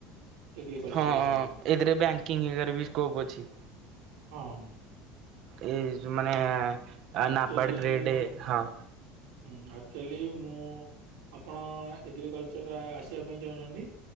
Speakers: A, on the right; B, on the right.
A: ଏଗ୍ରିକଲଚର
B: ହଁ
A: ଇଏରେ
B: ଏଥିରେ ବ୍ୟାଙ୍କିଙ୍ଗ୍ ରେ ବି ସ୍କୋପ୍ ଅଛି।
A: ହଁ।
B: ଏଇ ମାନେ
A: ଆକ୍ଚୁଆଲି
B: ନାବାଡ଼ ଗ୍ରେଡ଼୍ ହଁ।
A: ହୁଁ ଆକ୍ଚୋଲି ମୁଁ ଆପଣ ଏଗ୍ରିକଲଚର ଆସିବା ପାଇଁ ଚାହୁଁଚନ୍ତି।